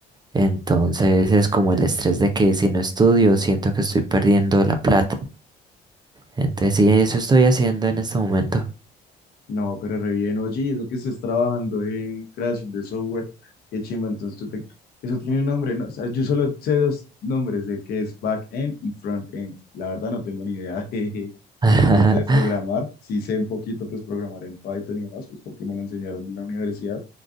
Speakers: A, on the right; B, on the left.
A: entonces es como el estrés de que si no estudio siento que estoy perdiendo la plata, entonces sí, eso estoy haciendo en este momento.
B: No, pero re bien, oye, eso que estés trabajando en creación de software, qué chimba, entonces tú te... Eso tiene un nombre, ¿no? O sea, yo solo sé dos nombres de que es back-end y front-end. La verdad no tengo ni idea <laughs> de
A: <laughs>
B: tanto de programar. Sí sé un poquito, pues, programar en Python y demás, pues, porque me lo enseñaron en la universidad,